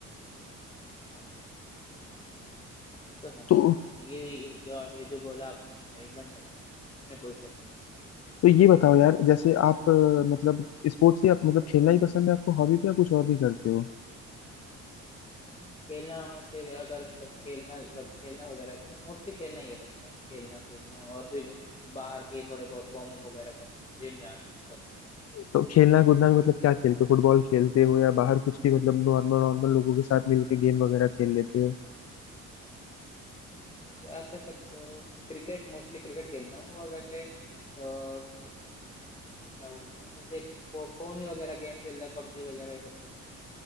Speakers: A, on the left; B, on the left.
A: हाँ ये तो है भाई
B: तो
A: आपने सही ये ये जो आप ये जो बोला आपने वो सही एकदम सही था उसमें कोई शक नहीं है
B: तो ये बताओ यार जैसे आप अ, मतलब स्पोर्ट्स से आप मतलब खेलना ही पसंद है आपको हॉबी पे या कुछ और भी करते हो
A: नहीं खेलना फिर अगर मतलब खेलना वग- खेलना वगैरह भी मोस्टली खेलना ही कह सकते हैं आप खेलना कूदना और फिर जब बाहर के थोड़े बहुत वार्म अप वगैरह करना जिम जाना ये सब
B: तो खेलना कूदना में मतलब क्या खेलते हो फुटबॉल खेलते हो या बाहर कुछ भी मतलब नॉर्मल नॉर्मल लोगों के साथ मिलके गेम वगैरह खेल लेते हो
A: हम्म, आप कह सकते हो क्रिकेट मोस्टली क्रिकेट खेलता हूँ और वैसे अ, क्या बोलते हैं जैसे फो, फोन में वगैरह गेम खेलता है पबजी वगैरह ये सब खेलता